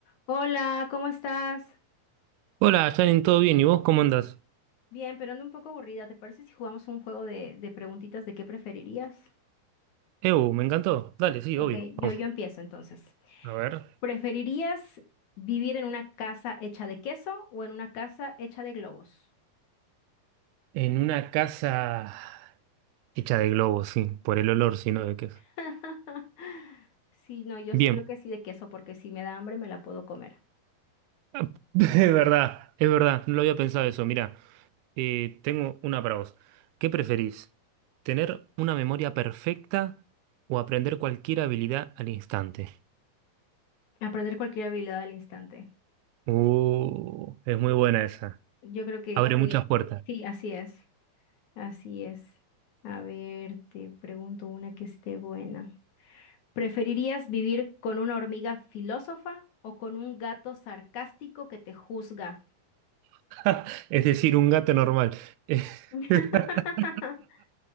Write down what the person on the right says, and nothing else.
Hola, Janin, ¿todo bien? ¿Y vos cómo andás?
Ew, me encantó. Dale, sí,
obvio.
Vamos.
A ver.
En una casa hecha de globos, sí, por el olor, sino de qué es.
Bien.
Ah, <laughs> Es verdad, es verdad, no lo había pensado eso. Mirá, eh, tengo una para vos. ¿Qué preferís? ¿Tener una memoria perfecta o aprender cualquier habilidad al instante?
Uh, es muy buena esa.
Abre muchas
puertas.
<laughs> Es decir, un gato normal. Eh,
<laughs>